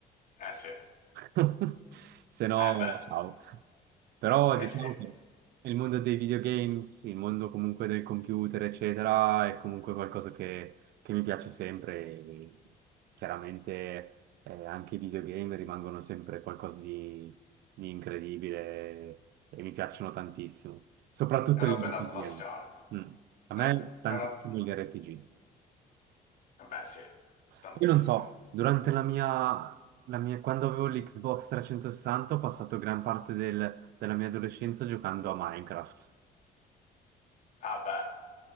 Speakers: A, on the left; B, on the right.
A: Eh sì,
B: <laughs> Se no,
A: eh beh,
B: ciao. Però
A: eh
B: diciamo
A: sì, è
B: che il mondo dei videogames, il mondo comunque del computer, eccetera, è comunque qualcosa che, che mi piace sempre. e Chiaramente eh, anche i videogame rimangono sempre qualcosa di, di incredibile e mi piacciono tantissimo. Soprattutto
A: una
B: gli
A: bella
B: RPG.
A: passione.
B: Mm. A
A: Eh,
B: me
A: è
B: tantissimo
A: una...
B: gli RPG.
A: eh beh sì, tantissimo.
B: Poi non so, durante la mia, la mia- quando avevo l'Xbox 360 ho passato gran parte del- della mia adolescenza giocando a Minecraft
A: Ah beh,